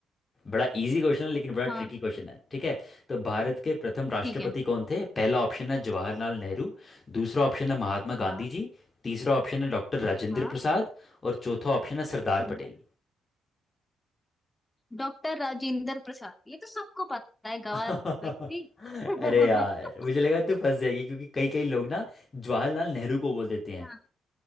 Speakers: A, on the left; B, on the left.
A: बड़ा इजी क्वेश्चन है लेकिन बड़ा ट्रिकी
B: हाँ
A: क्वेश्चन है ठीक है तो भारत के प्रथम राष्ट्रपति
B: ठीक है
A: कौन थे पहला ऑप्शन है जवाहरलाल नेहरू दूसरा ऑप्शन है महात्मा
B: हाँ
A: गांधी जी तीसरा ऑप्शन है डॉक्टर राजेंद्र
B: हाँ
A: प्रसाद और चौथा ऑप्शन है सरदार
B: हम्म।
A: पटेल
B: डॉक्टर राजेंद्र प्रसाद ये तो सबको पता है गवार
A: <laughs>
B: व्यक्ति
A: अरे
B: <laughs>
A: यार मुझे लगा तू फंस जाएगी क्योंकि कई कई लोग ना जवाहरलाल नेहरू को बोल देते हैं
B: हाँ